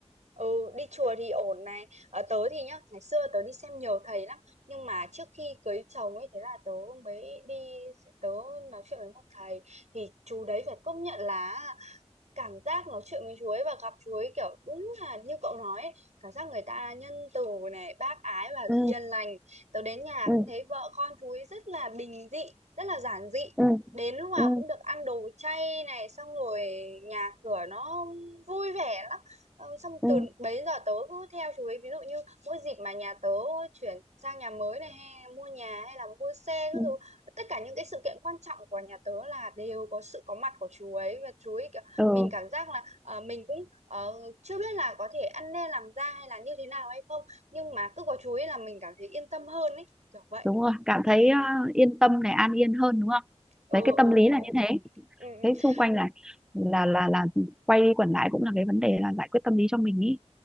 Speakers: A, on the right; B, in the centre.
A: ừ, đi chùa thì ổn này ở tớ thì nhá ngày xưa tớ đi xem nhiều thầy lắm nhưng mà trước khi cưới chồng ấy thế là tớ mới đi tớ nói chuyện với một thầy thì chú đấy phải công nhận là cảm giác nói chuyện với chú ấy và gặp chú ấy kiểu đúng là như cậu nói ấy, cảm giác người ta nhân từ này bác ái và
B: ừ
A: hiền lành tớ đến nhà
B: ừ
A: cũng thấy vợ con chú ấy rất là bình dị rất là giản dị
B: ừ
A: đến lúc nào
B: ừ
A: cũng được ăn đồ chay này xong rồi nhà cửa nó vui vẻ lắm ờ, xong
B: ừ
A: từ bấy giờ tớ cứ theo chú ấy ví dụ như mỗi dịp mà nhà tớ chuyển sang nhà mới này hay mua nhà hay là mua xe các
B: ừ
A: thứ tất cả những cái sự kiện quan trọng của nhà tớ là đều có sự có mặt của chú ấy và chú ấy kiểu
B: ừ
A: mình cảm giác là, ờ, mình cũng, ờ, chưa biết là có thể ăn nên làm ra hay là như thế nào hay không, nhưng mà cứ có chú ấy là mình cảm thấy yên tâm hơn ấy, kiểu vậy.
B: đúng rồi cảm thấy
A: Ừm,
B: ờ, yên tâm này an yên hơn đúng không
A: ừ,
B: đấy cái
A: ừ,
B: tâm lý
A: đấy.
B: là như thế
A: Ừm,
B: thế xung quanh
A: ừm.
B: là là là là quay đi quẩn lại cũng là cái vấn đề là giải quyết tâm lý cho mình ý